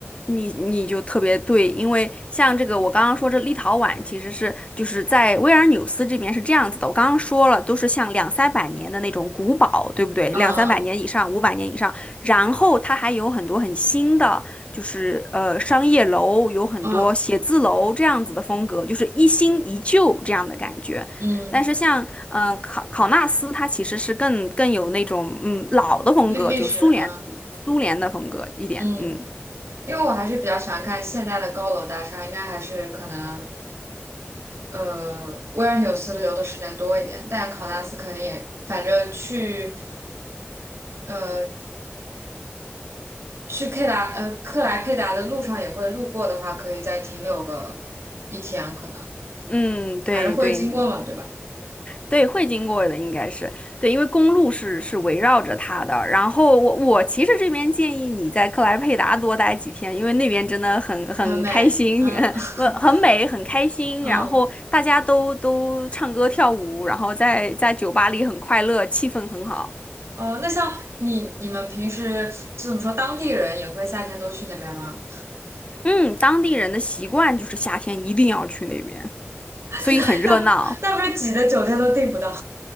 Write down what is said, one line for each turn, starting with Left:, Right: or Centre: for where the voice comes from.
Left: 你你就特别对，因为像这个我刚刚说这立陶宛其实是就是在维尔纽斯这边是这样子的，我刚刚说了都是像两三百年的那种古堡，对不对？
Right: 嗯嗯
Left: 两三百年以上，五百年以上，然后它还有很多很新的，就是呃商业楼，有很多写字楼这样子的风格，
Right: 嗯
Left: 就是一新一旧这样的感觉。
Right: 嗯嗯，
Left: 但是像嗯、呃考考纳斯，它其实是更更有那种嗯老的风格，
Right: 历历史，
Left: 就苏联
Right: 嗯
Left: 苏联的风格一点，
Right: 嗯，
Left: 嗯。
Right: 因为我还是比较喜欢看现代的高楼大厦，应该还是可能呃维尔纽斯留的时间多一点，但考纳斯肯定也，反正去呃去佩达呃克莱佩达的路上也会路过的话，可以再停留个一天，可能
Left: 嗯，对对
Right: 反正会经过嘛，对吧？
Left: 对，会经过的应该是对，因为公路是是围绕着它的。然后我我其实这边建议你在克莱佩达多待几天，因为那边真的很很开心，
Right: 很美，嗯 <laughs>
Left: <laughs> 呃，很美，很开心。
Right: 嗯。
Left: 然后大家都都唱歌跳舞，然后在在酒吧里很快乐，气氛很好。
Right: 哦，那像你你们平时就怎么说，当地人也会夏天都去那边吗？
Left: 嗯，当地人的习惯就是夏天一定要去那边，所以很热闹。
Right: <laughs> 那那不是挤的酒店都订不到？